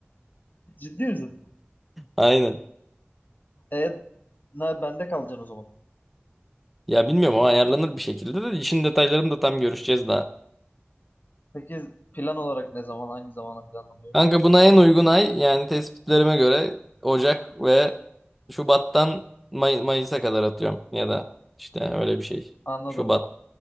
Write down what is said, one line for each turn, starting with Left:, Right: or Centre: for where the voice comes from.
Left: Ciddi misin?
Centre: Aynen.
Left: E, na, bende kalacaksın o zaman.
Centre: Ya bilmiyorum o ayarlanır bir şekilde de işin detaylarını da tam görüşeceğiz daha.
Left: Peki plan olarak ne zaman, hangi zamana planlanıyor?
Centre: Kanka buna en uygun ay yani tespitlerime göre Ocak ve Şubat'tan May- Mayıs'a kadar atıyorum ya da işte öyle bir şey.
Left: Anladım.
Centre: Şubat,